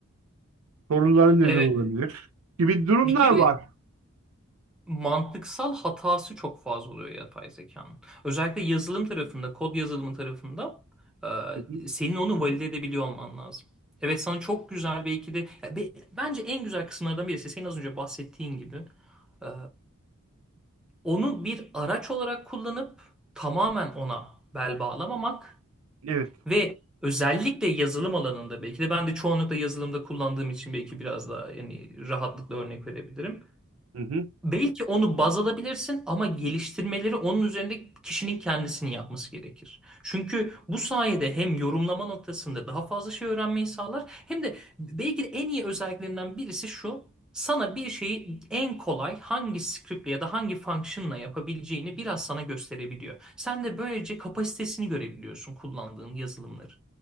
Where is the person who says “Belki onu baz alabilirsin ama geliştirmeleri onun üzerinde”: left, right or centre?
Centre